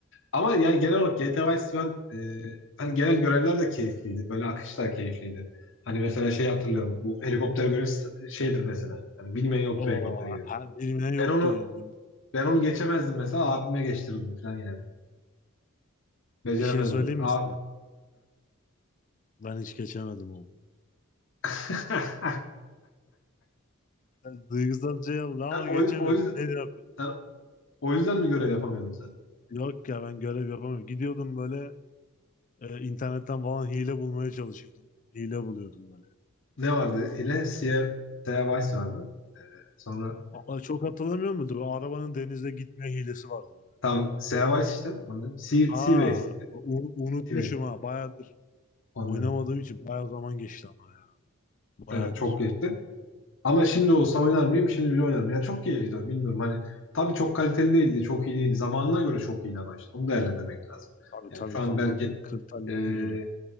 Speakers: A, on the left (about 60°); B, on the left (about 35°).
A: Ama yani genel olarak GTA Vice City ben e, hani genel görevler de keyifliydi. Böyle akış da keyifliydi. Hani mesela şey hatırlıyorum. Bu helikopter görevi s- şeydir mesela. Hani bilmeyen yoktur
B: O
A: helikopter görevi.
B: bilmeyen yoktur
A: Ben onu
B: yani.
A: ben onu geçemezdim mesela. Abime geçtirirdim falan yani. Beceremezdim.
B: Bir şey söyleyeyim
A: Abi,
B: mi sana? Ben hiç geçemedim onu.
A: <laughs>
B: Ben Duygusal şey oldu ama
A: sen o,
B: geçemedim.
A: yüz- o yüzden
B: Ne yapayım?
A: sen o yüzden mi görev yapamıyordun sen?
B: Yok ya ben görev yapamıyorum. Gidiyordum böyle e, internetten falan hile bulmaya çalışıyordum. Hile buluyordum böyle.
A: Ne vardı? Yine Sierra, Sierra Vice vardı. Sonra
B: Aa, çok hatırlamıyor muydun? Bu Arabanın denizde gitme hilesi vardı. Böyle.
A: Tam Seaways işte. Onun, Sea,
B: Aa
A: Seaways.
B: u- unutmuşum
A: Seaways.
B: ha. Bayağı
A: Onun,
B: Oynamadığım için bayağı zaman geçti ama ya. Bayağıdır.
A: evet çok geçti. Ama şimdi olsa oynar mıyım? Şimdi bile oynarım. Yani çok keyifliydi. o, Bilmiyorum hani. Tabii çok kaliteli değildi. Çok iyi değildi. Zamanına göre çok iyi ama işte. Onu değerlendirmek lazım.
B: Tabii
A: Yani
B: tabii
A: şu an
B: zamanın
A: belki
B: kriterlerine
A: e,
B: göre.